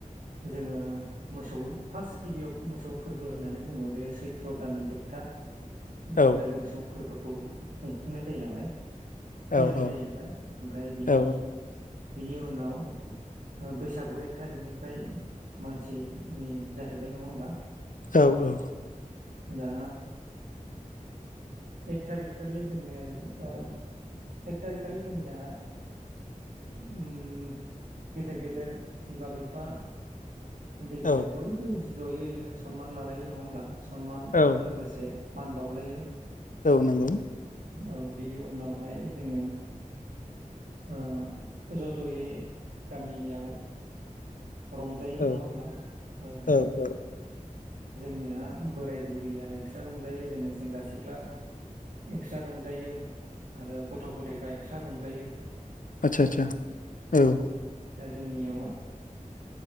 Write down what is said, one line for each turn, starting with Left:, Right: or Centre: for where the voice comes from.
Right: जोङो मोसौ फास्ट गिबियाव मोसौ फोरबो होननानै बुङो बे सैत्र दाननि जोबथा था दिनखालि
Left: औ
Right: मोसौ फोरबोखौ खुंफुंनाय जायो नालाय फालिनाय
Left: औ औ
Right: जायो नालाय ओमफ्राय बिनि
Left: औ
Right: बिनि उनाव ओ बैसागु एक थारिखनिफ्राय मानसिनि जाहैबाय नङा होमबा
Left: औ औ
Right: दा एक तारिख खालि जोंङो ओ एक तारिख खालि जोंनिया ओम गेदेर गेदेर बिमा बिफा उन्दै गेदिर
Left: औ
Right: बयबो जयैनो सनमान लालायो नङा होमब्ला सनमानजों
Left: औ
Right: लोगोसे मान बावलायो।
Left: औ नंगौ।
Right: औ बिनि उनावहाय जोङो ओ ज' ज'यै गामियाव रंजायो
Left: औ
Right: नङा होमब्ला ओं
Left: औ औ
Right: जोंनिया बोराय बुरैया एक्सट्रा रंजायो जोङो सेंग्रा सिख्ला एक्सट्रा रंजायो। आरो गथ' गथायफ्रा एक्सट्रा रंजायो।
Left: आदचा आदचा औ।
Right: ओ जोंनियाव